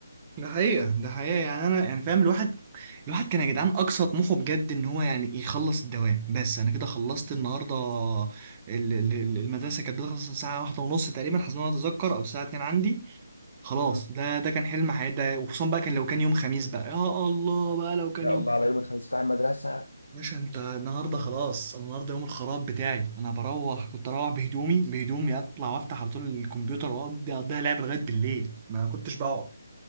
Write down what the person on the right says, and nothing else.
ده حقيقة ده حقيقة يعني أنا يعني فاهم الواحد الواحد كان يا جدعان أقصى طموحه بجد إن هو يعني يخلص الدوام بس أنا كده خلصت النهاردة ال- ال- ال- المدرسة كانت بتخلص الساعة واحدة ونص تقريبا حسب ما أنا أتذكر أو الساعة اتنين عندي خلاص
ده ده كان حلم حياتي ده وخصوصا بقى كان لو كان يوم خميس بقى يا الله بقى لو كان
يوم
باشا انت النهارده خلاص انا النهارده يوم الخراب بتاعي انا بروح كنت اروح بهدومي بهدومي اطلع وافتح على طول الكمبيوتر واقضي اقضيها لعب لغايه بالليل ما كنتش بقعد